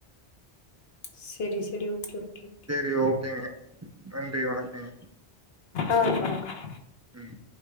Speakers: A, on the left; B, on the right.
A: சேரி சேரி ஓகே ஓகே ஓகே
B: சரி ஒகேங்க நன்றி வணக்கங்க
A: அ வணக்கம்
B: ம்